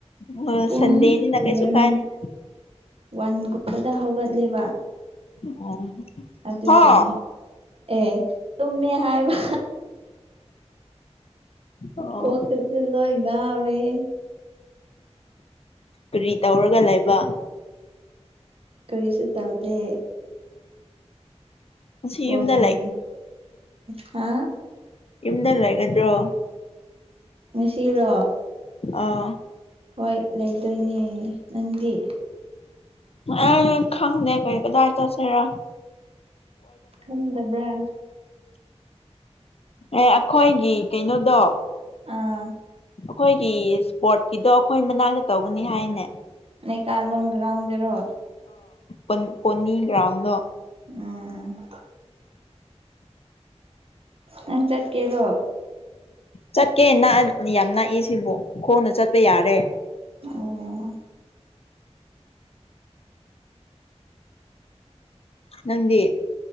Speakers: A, on the left (about 60°); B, on the right (about 55°).
A: ꯑꯣ
B: ꯄꯨꯡ
A: ꯁꯟꯗꯦꯅꯤꯅ ꯀꯩꯁꯨ
B: ꯋꯥꯟ
A: ꯀꯥꯏꯗꯦꯗ
B: ꯋꯥꯟꯒꯨꯝꯕꯗ ꯍꯧꯒꯠꯂꯤꯕ
A: ꯑꯣ
B: ꯑꯗꯨꯒꯤꯅꯦ
A: ꯍꯥ
B: ꯑꯦ ꯇꯨꯝꯃꯦ ꯍꯥꯏꯕ
A: ꯑꯣ
B: ꯀꯣꯛ ꯇꯁꯤ ꯂꯣꯏ ꯉꯥꯎꯔꯤ
A: ꯀꯨꯔꯤ ꯇꯧꯔꯒ ꯂꯩꯕ
B: ꯀꯔꯤꯁꯨ ꯇꯕꯗꯦ
A: ꯉꯁꯤ
B: ꯄꯅꯦ
A: ꯌꯨꯝꯗ
B: ꯍꯥ
A: ꯌꯗꯜ ꯂꯩꯒꯗ꯭ꯔꯣ
B: ꯉꯁꯤꯔꯣ
A: ꯑꯥ
B: ꯍꯣꯏ ꯂꯩꯗꯣꯏꯅꯦ ꯅꯪꯗꯤ
A: ꯑ ꯈꯪꯗꯦ ꯀ ꯀꯗꯥ ꯇꯁꯔ
B: ꯈꯟꯗꯕ꯭ꯔꯥ
A: ꯑꯦ ꯑꯩꯈꯣꯏꯒꯤ ꯀꯩꯅꯣꯗꯣ
B: ꯑꯥ
A: ꯑꯩꯈꯣꯏꯒꯤ ꯏꯁꯄꯣꯔꯠꯀꯤꯗꯣ ꯑꯩꯈꯣꯏ ꯃꯅꯥꯛꯇ ꯇꯧꯒꯅꯤ ꯍꯥꯏꯅꯦ
B: ꯅ ꯀꯂꯒ꯭ꯔꯥꯎꯟꯗꯔꯣ
A: ꯑ ꯄꯣꯅꯤ ꯭ꯔꯥꯎꯟꯗꯣ
B: ꯎꯝ ꯅꯪ ꯆꯠꯀꯦꯔꯣ
A: ꯆꯠꯀꯦ ꯌꯥꯝ ꯛꯏ ꯁꯤꯕꯨ ꯈꯣꯡꯅ ꯆꯠꯄ ꯌꯥꯔꯦ
B: ꯎꯝ
A: ꯅꯟꯦ